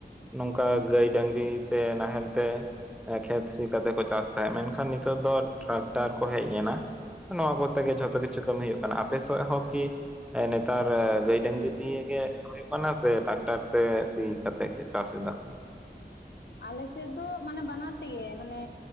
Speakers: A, in the centre; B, on the left (about 80°).
A: ᱱᱚᱝᱠᱟ
B: ᱦᱮᱸ
A: ᱜᱟᱹᱭ ᱰᱟᱹᱝᱨᱤ ᱛᱮ ᱱᱟᱦᱮᱞ ᱛᱮ ᱠᱷᱮᱛ ᱥᱤ ᱠᱟᱛᱮ ᱠᱚ ᱪᱟᱥ ᱛᱟᱦᱮᱸᱜ ᱢᱮᱱ ᱠᱷᱟᱱ ᱱᱤᱛᱚᱜ ᱫᱚ ᱴᱨᱟᱠᱴᱟᱨ ᱠᱚ ᱦᱮᱡ ᱮᱱᱟ ᱱᱚᱣᱟ ᱠᱚᱛᱮ ᱜᱮ ᱡᱷᱚᱛᱚ ᱠᱤᱪᱷᱩ ᱠᱟᱹᱢᱤ ᱦᱩᱭᱩᱜ ᱠᱟᱱᱟ ᱟᱯᱮ ᱥᱮᱜ ᱦᱚᱸ ᱠᱤ ᱱᱮᱛᱟᱨ ᱜᱟᱹᱭ ᱰᱟᱹᱝᱨᱤ ᱫᱤᱭᱮ ᱜᱮ ᱦᱩᱭᱩᱜ ᱠᱟᱱᱟ ᱥᱮ ᱴᱨᱟᱠᱴᱟᱨ ᱛᱮ ᱥᱤ ᱠᱟᱛᱮ ᱜᱮ ᱪᱟᱥ ᱮᱫᱟ ᱠᱚ?
B: ᱟᱞ ᱥᱮᱫ ᱫᱚ ᱢᱟᱱᱮ ᱵᱟᱱᱟᱨ ᱛᱮᱜᱮ ᱢᱟᱱᱮ